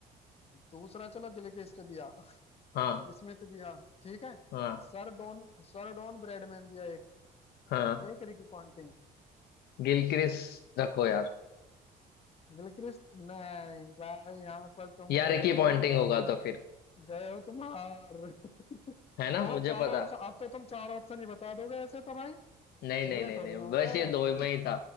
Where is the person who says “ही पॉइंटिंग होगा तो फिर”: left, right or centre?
Left